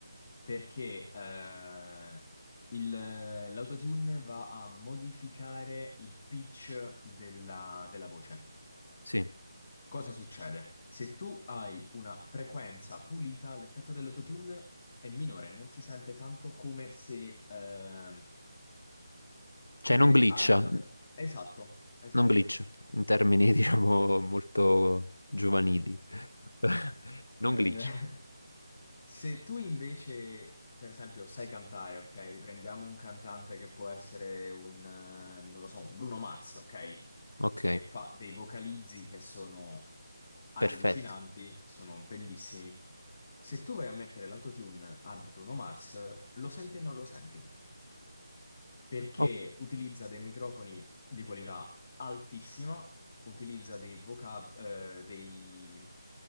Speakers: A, on the left (about 25°); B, on the left (about 85°).
A: perché eh, il- l'autotune va a modificare il pitch della, della voce.
B: sì.
A: Cosa succede? Se tu hai una frequenza pulita, l'effetto dell'autotune è minore, non si sente tanto come se... eh,
B: Cioè
A: come...
B: non glitcha,
A: eh, esatto, esatto.
B: non glitch, in termini <laughs> diciamo molto giovanili. <laughs> Non
A: Eh,
B: glitch.
A: <laughs> Se tu invece, per esempio, sai cantare, ok? Prendiamo un cantante che può essere un, eh, non lo so, un Bruno Mars, ok?
B: Ok,
A: Che fa dei vocalizzi che sono allucinanti,
B: perfetto.
A: sono bellissimi. Se tu vai a mettere l'autotune a Bruno Mars, lo senti e non lo senti perché
B: O-
A: utilizza dei microfoni di qualità altissima, utilizza dei vocab, eh, dei,